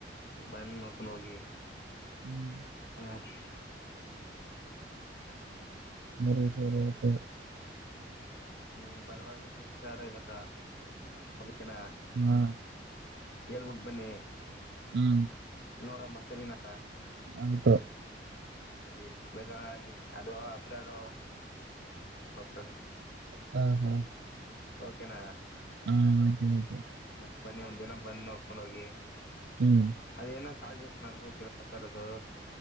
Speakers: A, on the left; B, on the right.
A: ಬಂದ್ ನೋಡ್ಕೊಂಡ್ ಹೋಗಿ
B: ಹ್ಮು.
A: <unintelligible> ಹ.
B: <unintelligible>
A: ನೀ ಬರುವಾಗ <unintelligible> ಐದ್ ಸಾವ್ರ <unintelligible>
B: ಹಾ
A: <unintelligible> ಹೇಳ್ಬುಟ್ ಬನ್ನಿ,
B: ಹ್ಮ್
A: ನೋಡಮ್ಮ ಸರಿನಾ?
B: ಆಯ್ತು
A: ಅದೇ ಬೆಗಾಲಿ ಅದು <unintelligible> ಸೇರಿಸು
B: ಹ್ಮ ಹಾ
A: ಓಕೆನಾ
B: ಹಾ ಓಕೆ ಓೆ
A: ಬನ್ನಿ ಬನ್ನಿ ಒಂದ್ ದಿನ ಬಂದ್ ನೋಡ್ಕೊಂಡ ಹೋಗಿ
B: ಹ್ಮ್
A: ಅದ ಏನ ಕಳಜಾಸನ ಅನುಭವತ <unintelligible> ಕ್ಕರ್ದ